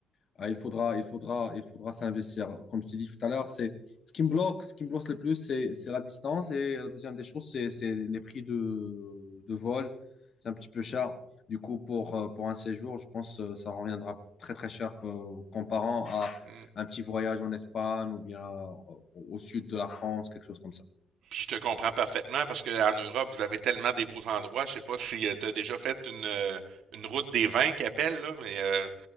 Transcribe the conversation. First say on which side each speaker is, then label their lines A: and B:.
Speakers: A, on the left; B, on the right.
A: Ah, il faudra, il faudra, il faudra s'investir. Comme je t'ai dit tout à l'heure, c'est ce qui me bloque, ce qui me bloque le plus, c'est c'est la distance. Et la deuxième des choses, c'est c'est les prix de, de vol. C'est un petit peu cher. Du coup, pour, euh, pour un séjour, je pense que ça reviendra très très cher euh, comparant à
B: Mm.
A: un petit voyage en Espagne ou bien euh, au, au sud de la France, quelque chose comme ça.
B: Puis je te comprends parfaitement parce qu'en Europe, vous avez tellement des beaux endroits. Je sais pas si tu as déjà fait une, euh, une route des vins qu'appelle, là, mais euh,